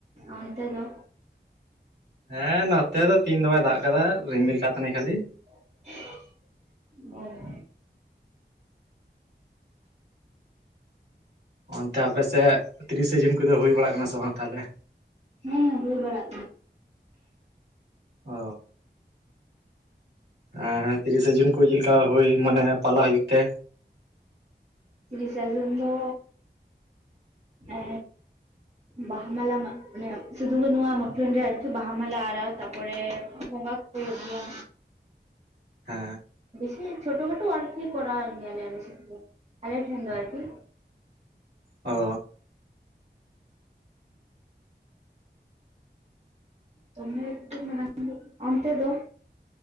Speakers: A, on the right (about 35°); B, on the right (about 65°).
A: ᱚᱱᱛᱮ ᱫᱚ
B: ᱦᱮᱸ ᱱᱚᱛᱮ ᱫᱚ ᱛᱤᱦᱤᱧ ᱫᱚ ᱵᱟᱭ ᱫᱟᱜ ᱠᱟᱫᱟ ᱨᱤᱢᱤᱞ ᱠᱟᱜ ᱛᱟᱦᱮᱱᱟᱭ ᱠᱷᱟᱹᱞᱤ᱾
A: ᱚ
B: ᱚᱱᱛᱮ ᱟᱯᱮᱥᱮᱫ ᱛᱤᱨᱤᱥᱟ ᱡᱩᱱ ᱠᱚᱫᱚ ᱦᱩᱭ ᱵᱟᱲᱟᱜ ᱠᱟᱱᱟ ᱥᱮ ᱵᱟᱝ ᱛᱟᱦᱞᱮ
A: ᱦᱮᱸ ᱦᱩᱭ ᱵᱟᱲᱟ
B: ᱚ ᱦᱮᱸ ᱛᱤᱨᱤᱥᱟ ᱡᱩᱱ ᱠᱚ ᱪᱮᱞᱮᱠᱟ ᱦᱩᱭ ᱢᱟᱱᱮ ᱯᱟᱞᱟ ᱦᱩᱭᱩᱜ ᱛᱮ
A: ᱛᱤᱨᱤᱥᱟ ᱡᱩᱱ ᱫᱚ ᱮ ᱵᱟᱦᱟ ᱢᱟᱞᱟ ᱢᱟ ᱢᱟᱱᱮ ᱥᱤᱫᱩ ᱠᱟᱹᱱᱩᱜ ᱢᱩᱴᱷᱟᱹᱱ ᱨᱮ ᱟᱨᱠᱤ ᱵᱟᱦᱟ ᱢᱟᱞᱟ ᱟᱨᱟᱣ ᱛᱟ ᱯᱚᱨᱮ ᱵᱚᱸᱜᱟ ᱦᱳᱭᱳᱜ ᱜᱮᱭᱟ᱾
B: ᱦᱮ
A: ᱥᱮ ᱪᱷᱳᱴᱳ ᱠᱷᱟᱴᱳ ᱟᱨᱠᱤ ᱠᱚᱨᱟᱣ ᱜᱮᱭᱟ ᱞᱮ ᱟᱞᱮ ᱥᱮᱫ ᱫᱚ ᱟᱞᱮ ᱴᱷᱮᱱ ᱫᱚ
B: ᱚ
A: <unintelligible> ᱚᱱᱛᱮ ᱫᱚ